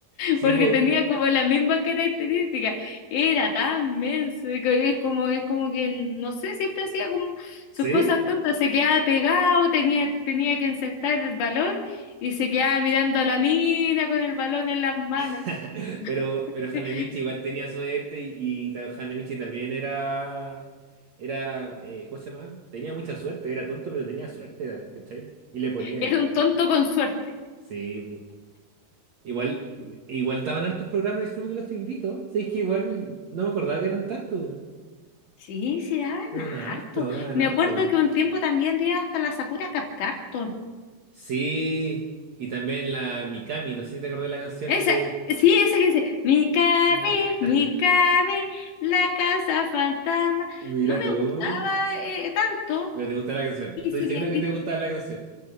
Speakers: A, on the right; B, on the left.
A: Sí,
B: porque
A: po-
B: tenía como la misma característica. Era tan menso, y que es como, es como que, no sé, siempre hacía como
A: ¿Sí?
B: sus cosas tontas, se quedaba pegado, tenía, tenía que encestar el balón y se quedaba mirando a la mina con el balón en las manos.
A: <laughs> Pero,
B: <laughs>
A: pero Hanemichi igual tenía suerte y, y ta- Hanemichi también era. Era. eh, ¿cómo se llama? Tenía mucha suerte, era tonto, pero tenía suerte, era- ¿cachai? Y le ponía igual.
B: Era un tonto con suerte.
A: Sí, Igual, igual estaban hartos programas en el Club de los Tigritos. Sí, es que igual no me acordaba que eran tantos, weón.
B: Sí, sí daban
A: Daban harto,
B: harto.
A: daban
B: Me
A: harto.
B: acuerdo que un tiempo también dio hasta la Sakura Card Captor.
A: Sí, y también la Mikami, no sé si te acordás de la canción
B: Esa,
A: de...
B: sí, esa que dice, Mikabi,
A: <laughs>
B: Mikabi, la casa fantasma.
A: Mira
B: No me
A: tú,
B: gustaba eh, tanto.
A: pero te gusta la canción.
B: Y
A: Estoy
B: se
A: seguro
B: vestía,
A: que te gusta la canción.